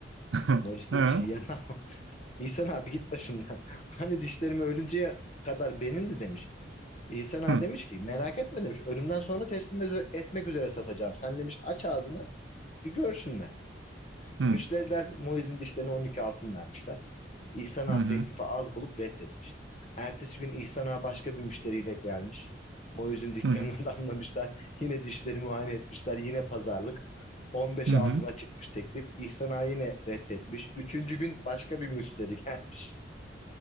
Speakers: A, on the right; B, on the left.
A: <laughs>
B: Moiz demiş
A: Hı.
B: ki ya <laughs> İhsan abi git başımdan. <laughs> Hani dişlerimi ölünceye kadar benimdi demiş. İhsan Ağa
A: Hı.
B: demiş ki merak etme demiş. Ölümden sonra teslim ede- etmek üzere satacağım. Sen demiş aç ağzını bir görsünler.
A: Hı. Hı.
B: Müşteriler Moise'in dişlerine 12 altın vermişler. İhsan Ağa
A: Hı hı.
B: teklifi az bulup reddetmiş. Ertesi gün İhsan Ağa başka bir müşteriyle gelmiş. Moise'in dükkanına
A: Hı hı.
B: <laughs> damlamışlar. Yine dişleri muayene etmişler. Yine pazarlık. 15
A: Hı
B: altına
A: hı.
B: çıkmış teklif. İhsan Ağa yine reddetmiş. Üçüncü gün başka bir müşteri <laughs> gelmiş.